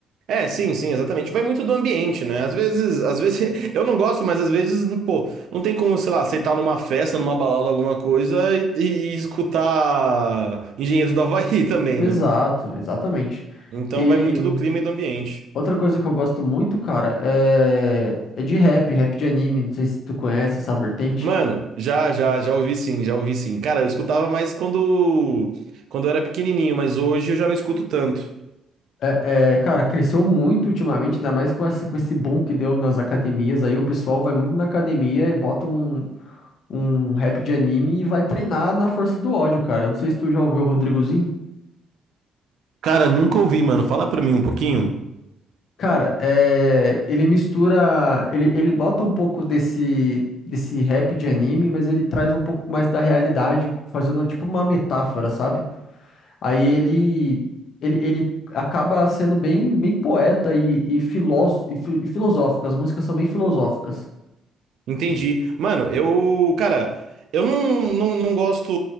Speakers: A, on the right; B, on the left.
A: É, sim, sim, exatamente. Vai muito do ambiente, né? Às vezes, às vezes <laughs> eu não gosto, mas às vezes, pô, não tem como, sei lá, aceitar numa festa, numa balada, alguma coisa e, e escutar Engenheiros do Havaí <laughs> também,
B: Exato,
A: né?
B: exatamente.
A: Então
B: E
A: vai muito do clima e do ambiente.
B: outra coisa que eu gosto muito, cara, é, é de rap, rap de anime. Não sei se tu conhece essa vertente.
A: Mano, já, já, já ouvi sim, já ouvi sim. Cara, eu escutava mais quando, quando eu era pequenininho, mas hoje eu já não escuto tanto.
B: É, é, cara, cresceu muito ultimamente, ainda mais com, essa, com esse boom que deu nas academias. Aí o pessoal vai muito na academia e bota um, um rap de anime e vai treinar na força do ódio, cara. Eu Não sei se tu já ouviu o Rodrigozinho.
A: Cara, nunca ouvi, mano. Fala pra mim um pouquinho.
B: Cara, é, ele mistura. Ele, ele bota um pouco desse, desse rap de anime, mas ele traz um pouco mais da realidade, fazendo tipo uma metáfora, sabe? Aí ele, ele, ele acaba sendo bem, bem poeta e, e, filóso, e, fi- e filosófico. As músicas são bem filosóficas.
A: Entendi. Mano, eu, cara, eu não, não, não gosto